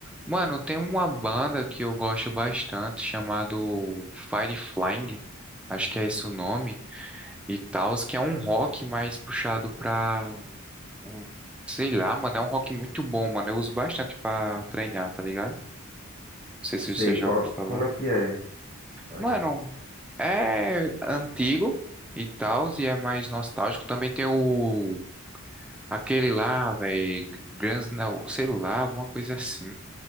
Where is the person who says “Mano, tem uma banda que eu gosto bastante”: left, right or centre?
Centre